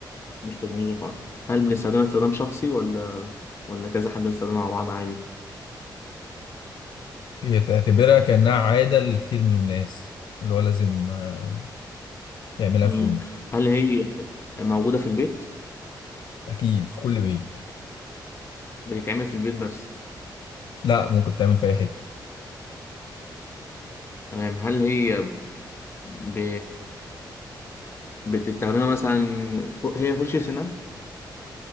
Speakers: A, on the left; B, on the left.
A: مش تكنولوجيا خالص هل بنستخدمها استخدام شخصي ولا ولا كذا حد بيستخدمها مع بعض عادي؟
B: هي تعتبرها كأنها عادة لكتير من الناس اللي هو لازم آه، يعملها
A: مم.
B: في يوم
A: هل هي موجودة في البيت؟
B: أكيد في كل بيت
A: بتتعمل في البيت بس
B: لا ممكن تعمل في أي حتة
A: تمام هل هي ب... بتستخدمها مثلا ف... هي فرشة سنان؟